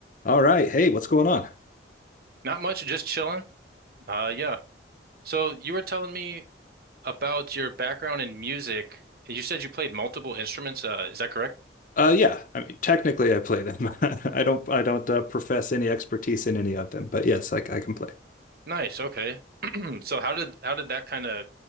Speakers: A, on the left (about 45°); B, on the right (about 55°).
A: All right. Hey, what's going on?
B: Not much, just chilling. Uh, yeah. So you were telling me about your background in music. You said you played multiple instruments. Uh, is that correct?
A: Uh, yeah. I mean, technically, I play them. <laughs> I don't. I don't uh, profess any expertise in any of them, but yes, I I can play.
B: Nice. Okay. <clears throat> So how did how did that kind of